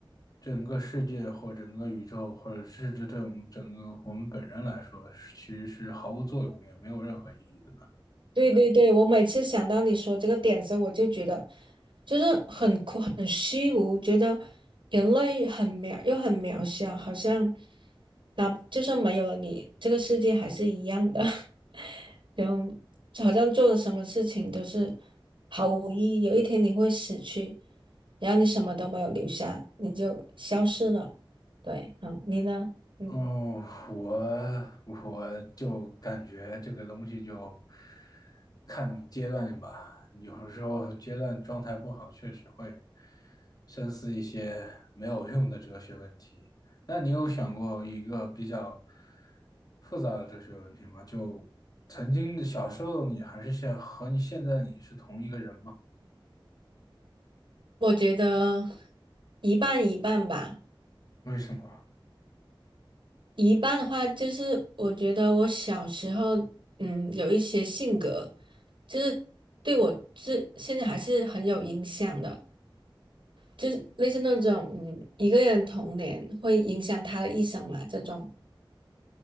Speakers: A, on the left; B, on the right.
A: 整个世界或整个宇宙，或者甚至对我们整个我们本人来说，其实是毫无作用，也没有任何意义的呢？
B: 对对对，我每次想到你说这个点的时候，我就觉得就是很苦很虚无，觉得人类很渺又很渺小，好像那就算没有了你，这个世界还是一样的，<laughs> 然后就好像做了什么事情都是毫无意义。有一天你会死去，然后你什么都没有留下，你就消失了。对，嗯，你呢？嗯，
A: 哦，我我就感觉这个东西就看阶段吧，有时候阶段状态不好，确实会深思一些没有用的哲学问题。那你有想过一个比较复杂的哲学问题吗？就曾经的小时候你还是现和你现在你是同一个人吗？
B: 我觉得一半一半吧。
A: 为什么
B: 一半的话，就是我觉得我小时候，嗯，有一些性格，就是对我是现在还是很有影响的，就是类似那种，嗯，一个人童年会影响他的一生嘛，这种。